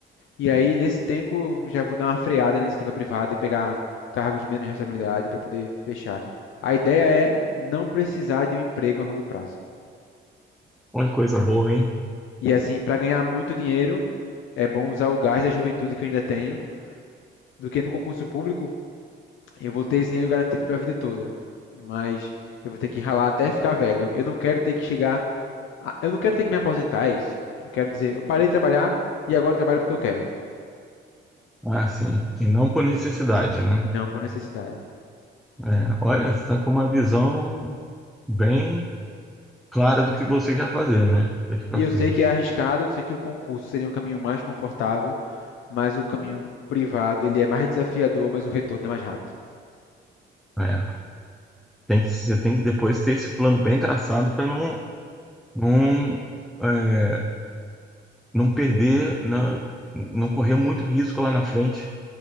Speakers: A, on the left; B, in the centre.
A: E aí, nesse tempo, eu já vou dar uma freada na iniciativa privada e pegar cargos de menos responsabilidade para poder fechar. A ideia é não precisar de um emprego a longo prazo.
B: Olha que coisa boa, hein?
A: E assim, para ganhar muito dinheiro, é bom usar o gás da juventude que eu ainda tenho, do que no concurso público eu vou ter esse dinheiro garantido para a vida toda, mas eu vou ter que ralar até ficar velho. Eu não quero ter que chegar, a- eu não quero ter que me aposentar, é isso. Eu quero dizer, eu parei de trabalhar e agora eu trabalho porque eu quero,
B: Ah, sim. E não por necessidade, né?
A: e não por necessidade.
B: É, olha, você está com uma visão bem clara do que você quer fazer, né? Daqui para
A: E eu
B: frente.
A: sei que é arriscado, eu sei que o concurso seria um caminho mais confortável, mas o caminho privado, ele é mais desafiador, mas o retorno é mais rápido.
B: É, tem que, você tem que depois ter esse plano bem traçado para não, não, é, não perder, na- não correr muito risco lá na frente,